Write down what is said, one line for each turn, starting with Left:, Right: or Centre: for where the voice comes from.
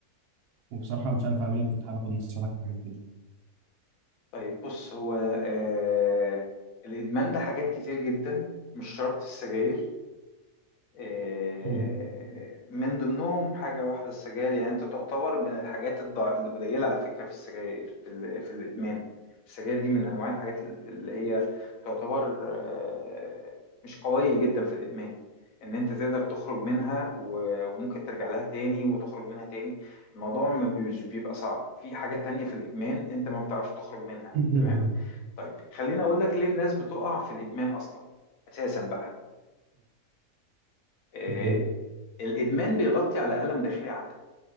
Right: وبصراحه مش عارف اعمل ايه كنت حابب اخد نصيحتك في حاجه زي كده
Left: طيب بص هو آه، الإدمان ده حاجات كتير جدا مش شرط السجاير إيه،
Right: مم.
Left: من ضمنهم حاجة واحدة السجاير يعني أنت تعتبر من الحاجات الضع... القليلة على فكرة في السجاير ال- في الإدمان السجاير دي من أنواع الحاجات ال- اللي هي تعتبر آه، مش قوية جدا في الإدمان إن أنت تقدر تخرج منها و- وممكن ترجع لها تاني وتخرج منها تاني الموضوع ما بيش- بيبقى صعب في حاجات تانية في الإدمان أنت ما بتعرفش تخرج منها
Right: <laughs>
Left: تمام طيب خليني أقول لك ليه الناس بتقع في الإدمان أصلا أساسا بقى آه،
Right: ليه؟
Left: الإدمان بيغطي على ألم داخلي عندك